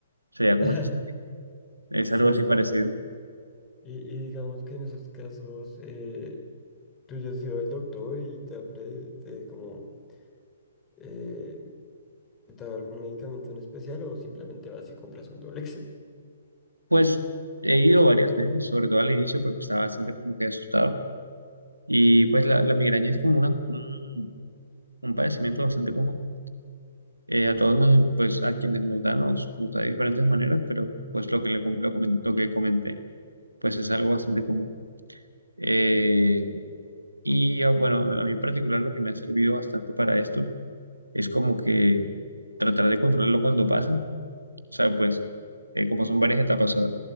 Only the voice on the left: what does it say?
<laughs>
Sí,
y, y digamos que en esos casos, eh, tú ya has ido al doctor y te ha pre- te como... Eh, ¿te ha dado algún medicamento en especial o simplemente vas y compras un Dolex?